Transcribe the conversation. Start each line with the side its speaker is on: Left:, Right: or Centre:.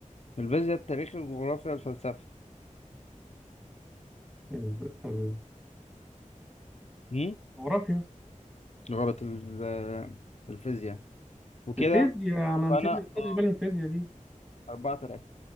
Left: الفيزياء التاريخ الجغرافيا الفلسفة
Centre: ال- ال-
Left: مم؟
Centre: الجغرافيا
Left: غلط ال- آه، الفيزياء وكده
Centre: الفيزياء ما
Left: فأنا
Centre: نسيت ما خدتش
Left: اه
Centre: بالي من الفيزياء دي
Left: أربعة تلاتة